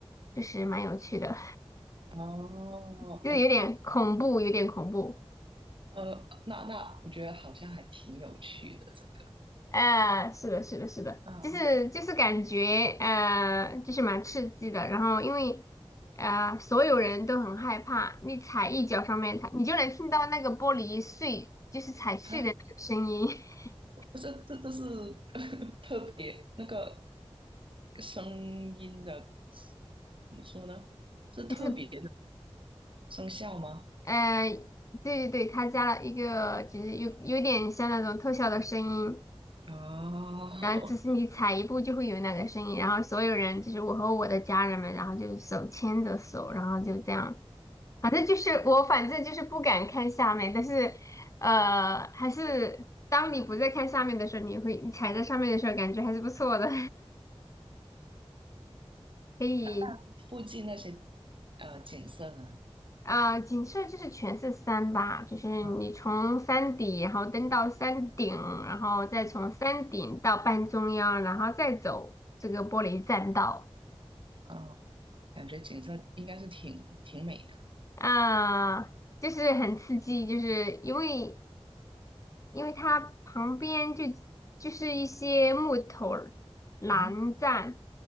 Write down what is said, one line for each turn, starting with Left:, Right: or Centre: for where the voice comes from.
Left: 就是蛮有趣的。
Right: 哦，
Left: 就是有点恐怖，
Right: 哎，
Left: 有点恐怖。
Right: 呃，那那我觉得好像还挺有趣的这个
Left: 呃，是的，是的，是的，
Right: 嗯啊，
Left: 就是就是感觉呃，就是蛮刺激的。然后因为呃，所有人都很害怕，你踩一脚上面，它你就能听到那个玻璃碎，就是踩碎的那个声音。
Right: 哈
Left: <laughs>
Right: 不是，这都是 <laughs> 特别那个声音的，怎么说呢？是特别
Left: 就是
Right: 生效吗？
Left: 呃，对对对，它加了一个就是有有点像那种特效的声音。
Right: 哦，
Left: 然后就是你踩一步就会有那个声音，然后所有人就是我和我的家人们，然后就手牵着手，然后就这样。反正就是我，反正就是不敢看下面，但是，呃，还是当你不再看下面的时候，你会你踩在上面的时候，感觉还是不错的，<laughs> 可以
Right: <laughs> 附近那些呃景色呢？
Left: 啊、景色就是全是山吧，就是你从山底，
Right: 嗯
Left: 然后登到山顶，然后再从山顶到半中央，然后再走这个玻璃栈道
Right: 嗯，感觉景色应该是挺挺美的。
Left: 啊、就是很刺激，就是因为。因为它旁边就就是一些木头栏杆，
Right: 嗯